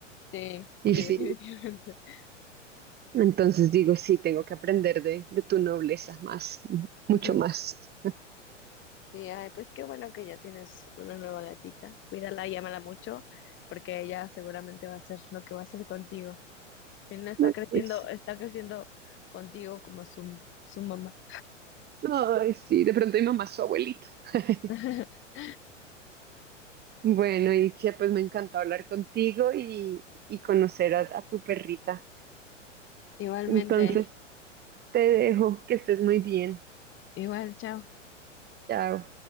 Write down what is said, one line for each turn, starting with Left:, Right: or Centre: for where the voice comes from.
Left: Sí,
Right: Y
Left: sí,
Right: sí.
Left: definitivamente. <laughs>
Right: Entonces digo, sí, tengo que aprender de, de tu nobleza más, mucho
Left: Ujú.
Right: más.
Left: Sí, ay, pues qué bueno que ya tienes una nueva gatita. Cuídala y ámala mucho, porque ella seguramente va a hacer lo que va a hacer contigo. Y no está
Right: No,
Left: creciendo,
Right: pues,
Left: está creciendo contigo como su, su mamá.
Right: ay, sí, de pronto mi mamá es su abuelita. <laughs>
Left: <laughs>
Right: Bueno, Itzia, pues me encantó hablar contigo y, y conocer a, a tu perrita.
Left: Igualmente,
Right: Entonces, te dejo, que estés muy bien.
Left: igual, chao.
Right: Chao.